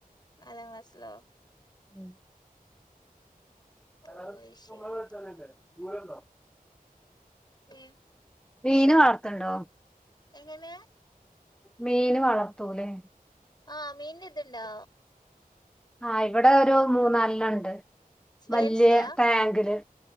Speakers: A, on the left; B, in the centre.
A: നാലാം ക്ലാസിലോ
B: ഉം <unintelligible>
A: ഓ അത് ശരി ഉം
B: മീന് വാർത്തണ്ടോ
A: എങ്ങനെയാ
B: മീന് വളർത്തൂലേ
A: ആഹ മീൻ ഇതുണ്ടോ
B: ആ ഇവിടെ ഒരു മൂന്നാൽനണ്ട്
A: ഫാൻസിയാ
B: വലിയ ടാങ്കില്